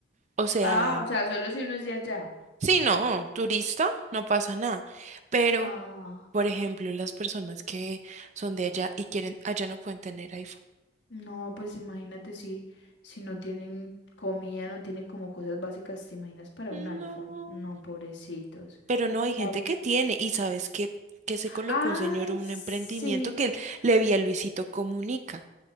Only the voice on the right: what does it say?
O sea,
sí, no, turista, no pasa nada. Pero,
por ejemplo, las personas que son de allá y quieren, allá no pueden tener iPhone.
No,
pero no hay gente
que tiene. Y sabes que, que se colocó
un señor un
emprendimiento que él le vi a Luisito Comunica,